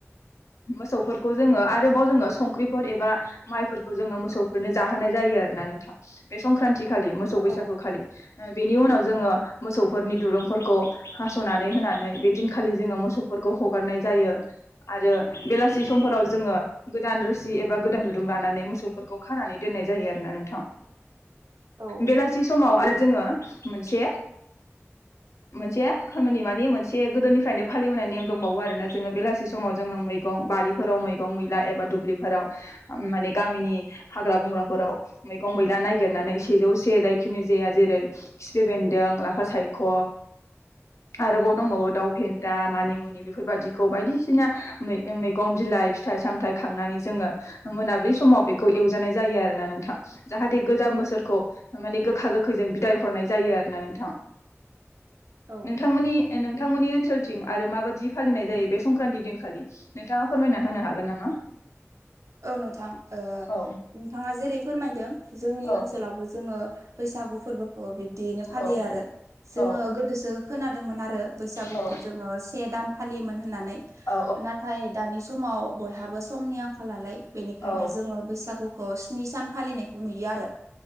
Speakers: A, on the left (about 70°); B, on the right (about 85°).
A: मोसौफोरखौ जोङो आरोबाव जोङो संख्रिफोर एबा माइफोरखौ जोङो मोसौफोरनो जाहो नाय जायो आरो ना नोंथां खालि मोसौ बैसागु
B: औ
A: खालि बेनि उनाव जोङो मोसौफोरनि दुरुंफोरखौ हासनानै होनानै बे दिनखालि जोङो मोसौफोरखौ हगारनाय जायो आरो बेलासि सम हराव जोङो गोदान रोसि एबा गोदान दुरुं लानानै मोसौफोरखौ खानानै दोननाय जायो आरोना नोंथां
B: औ
A: बेलासि समाव आरो जोङो मोनसे मोनसे खामानि मानि मोनसे गोदोनिफ्रायनो फालिबोनाय नेम दंबावो आरोना जोङो बेलासि समाव जोङो मैगं बारिफोराव मैगं मैला एबा दुब्लिफोराव माने गामिनि हाग्रा बंग्राफोराव मैगं मैला नागि रनानै सेजौ से जायखिनि जाया जेरै खिफि बेन्दों लाफा सायख' आरोबाव दंबावो दाउ फेन्दा मानिमुनि बेफोरबायाददिखौ बायदिसिना ओ मैगं बिलाइ फिथाइ सामथायाइ खांनानै जोङो मोनाबिलि समाव बेखौ एवजानाय जायो आरो ना नोंथां जाहाथे गोजाम
B: औ
A: बोसोरखौ माने गोखा गोखैजों बिदाय हरनाय जायो आरो ना नोंथां
B: औ
A: नोंथांमोननि नोंथांमोननि ओनसोलथिं आरो माबादायदि फालिनाय जायो बे संक्रान्ति दिनखालि नोंथाङा फोरमायना होनो हागोन नामा? <inaudible>
B: औ नोंथां ओ
A: औ
B: नोंथाङा जेरै फोरमायदों जोंनि
A: औ
B: ओनसोलावबो जोङो बैसागु फोरबोखौ बिब्दियैनो फालियो
A: औ
B: आरो जोङो
A: औ
B: गोदोसो खोनादोंमोन आरो बैसागुखौ
A: औ
B: जोङो से दान फालियोमोन होननानै
A: औ
B: नाथाय दानि समाव बयहाबो समनि आंखालनालाय बेनिखायनो
A: औ
B: जोङो बैसागु खौ स्नि सान फालिनायखौ नुयो आरो